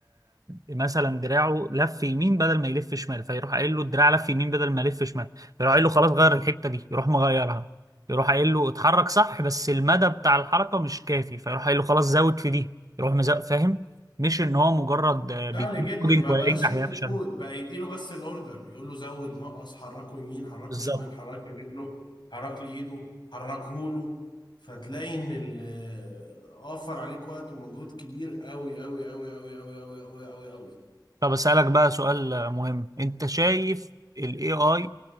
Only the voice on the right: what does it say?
مثلا دراعه لف يمين بدل ما يلف شمال فيروح قايل له الدراع لف يمين بدل ما لف شمال فيروح قايل له خلاص غير الحتة دي يروح مغيرها يروح قايل له اتحرك صح بس المدى بتاع الحركة مش كافي فيروح قايل له خلاص زود في دي يروح مزود فاهم مش ان هو مجرد آه،
بيديك
كودينج
ولا
ينجح
يفشل
بالظبط
طب اسألك بقى سؤال آه، مهم انت شايف ال AI